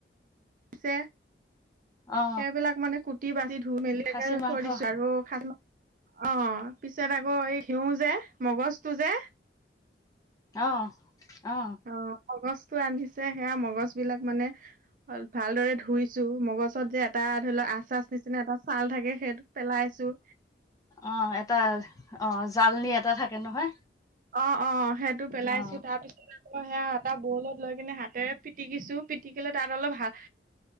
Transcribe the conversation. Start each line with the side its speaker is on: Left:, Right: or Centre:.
Right: ছে।
Left: অ
Right: সেইবিলাক মানে কুটি -বাচি ধুই -মেলি
Left: খাচী
Right: একেবাৰে
Left: মাংস
Right: থৈ দিছো আৰু খাচী মাং অঁ, পিছত আকৌ এই ঘিউ যে মগজটো যে
Left: অঁ, অঁ
Right: অ', মগজটো ৰান্ধিছে। সেয়া মগজ বিলাক মানে, ভালদৰে ধুইছো মগজত যে এটা ধৰি লওক আচ, আচ নিচিনা এটা চাল থাকে সেইটো পেলাইছোঁ।
Left: অঁ, এটা অঁ জালনী এটা থাকে নহয়।
Right: অঁ, অঁ সেইটো পেলাইছোঁ।
Left: অ
Right: তাৰপিছতে আকৌ অঁ সেয়া এটা বৌ লগত লৈ কিনে হাতেৰে পিটিকিছোঁ। পিটিকিলে তাত অলপ ভা